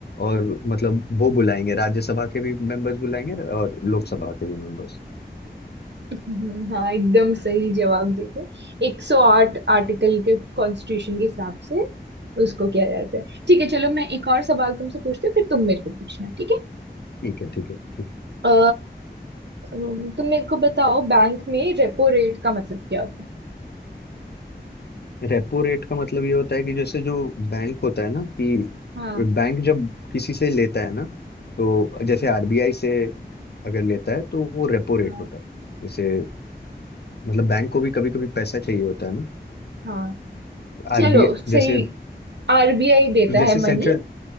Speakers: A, on the left; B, on the right.
A: और मतलब वो बुलाएंगे राज्यसभा के भी मेंबर्स बुलाएंगे और लोकसभा के भी मेंबर्स
B: हम्म, हाँ एकदम सही जवाब देते 108 आर्टिकल के कॉन्स्टिट्यूशन के हिसाब से उसको किया जाता है ठीक है चलो मैं एक और सवाल तुमसे पूछती हूँ फिर तुम मेरे को पूछना ठीक है
A: ठीक है ठीक है ठीक है
B: अ, अम, तुम मेरे को बताओ बैंक में रेपो रेट का मतलब क्या होता है
A: रेपो रेट का मतलब ये होता है कि जैसे जो बैंक होता है ना कि
B: हाँ
A: बैंक जब किसी से लेता है ना तो जैसे आरबीआई से अगर लेता है तो वो रेपो
B: हाँ
A: रेट होता है जैसे मतलब बैंक को भी कभी कभी पैसा चाहिए होता है ना
B: हाँ चलो
A: आरबीआई
B: सही
A: जैसे
B: आरबीआई देता
A: जैसे
B: है
A: सेंट्रल
B: मनी